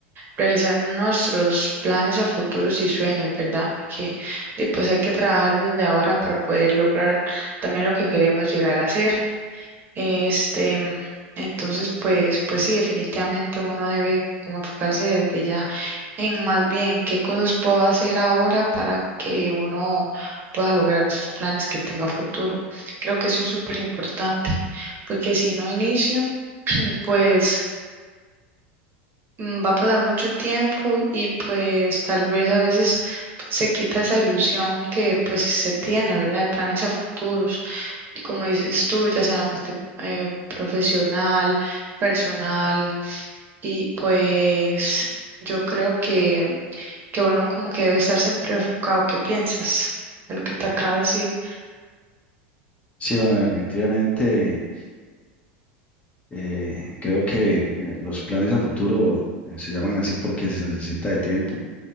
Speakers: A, on the right; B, on the left.
A: realizar nuestros planes a futuros y sueños, ¿verdad? Porque de- pues hay que trabajar desde ahora para poder lograr también lo que queremos llegar a hacer. Este, entonces, pues, pues sí, definitivamente uno debe como enfocarse desde ya en más bien qué cosas puedo hacer ahora para que uno pueda lograr esos planes que tenga a futuro. Creo que eso es súper importante, porque si no inicio, pues mm, va a pasar mucho tiempo y pues tal vez a veces se quita esa ilusión que pues se tiene, ¿verdad? De planes a futuros. Y como dices tú, ya sea en la parte eh, profesional, personal, y pues yo creo que, que uno como que debe estar siempre enfocado. ¿Qué piensas de lo que te acabo de decir?
B: Sí, bueno, definitivamente eh, creo que eh, los planes a futuro eh, se llaman así porque se necesita de tiempo.